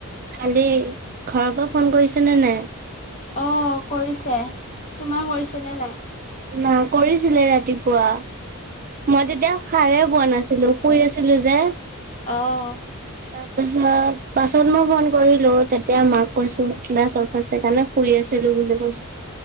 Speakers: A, on the right (about 40°); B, on the left (about 30°).
A: ভালেই ঘৰৰ পৰা ফোন কৰিছে নে নাই?
B: অঁ কৰিছে তোমাৰ। কৰিছেনে নাই?
A: না কৰিছিলে ৰাতিপুৱা। মই তেতিয়া সাৰে বোৱা নাছিলো শুই আছিলো যে।
B: অ'।
A: তাৰ পিছত পাছত মই ফোন কৰিলো তেতিয়া মাক কৈছো কিলা চব আছে কাৰণে ফুৰি আছো। চেল বুলি কৈছ।